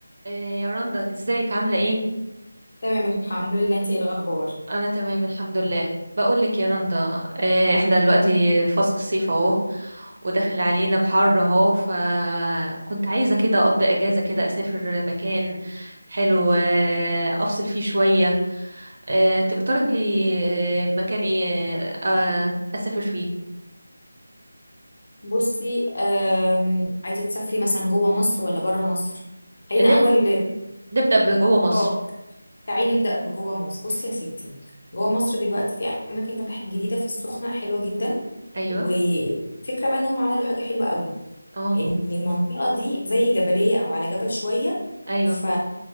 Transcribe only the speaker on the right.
إيه يا رندا ازيك عاملة ايه؟
انا تمام الحمد لله بقولك يا رندا إيه احنا دلوقتي فصل الصيف اهو وداخل علينا بحر اهو فكنت عايزة كده اقضي اجازة كده اسافر مكان حلو إيه، افصل فيه شوية إيه، تقترحي إيه، مكان ايه آه، اسافر فيه
نبدأ
نبدأ بجوه مصر
ايوه
اه
ايوه